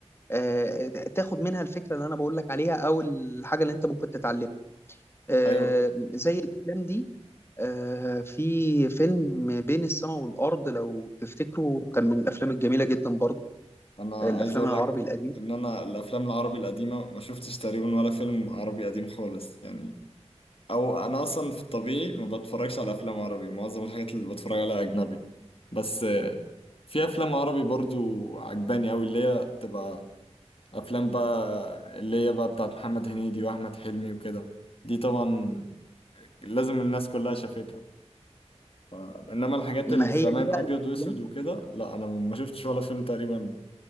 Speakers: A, on the left; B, on the left.
A: آه، تاخد منها الفكره اللي انا بقول لك عليها او الحاجه اللي انت ممكن تتعلمها آه،
B: ايوه
A: زي الافلام دي آه، في فيلم بين السماء والارض لو تفتكروا كان من الافلام الجميله جدا برضو
B: انا
A: آه، الافلام
B: عايز اقول
A: العربي
B: لك
A: القديم
B: ان انا الافلام العربي القديمة ما شفتش تقريبا ولا فيلم عربي قديم خالص يعني او انا اصلا في الطبيعي ما بتفرجش على افلام عربي معظم الحاجات اللي بتفرج عليها اجنبي بس آه، في افلام عربي برضو عجباني اوي اللي هي بتبقى افلام بقى اللي هي بقى بتاعت محمد هنيدي واحمد حلمي وكده دي طبعا لازم الناس كلها شافتها ف... انما الحاجات
A: ما
B: اللي زمان
A: هي دي بقى
B: ابيض
A: الافلام
B: واسود وكده لا انا ما شفتش ولا فيلم تقريبا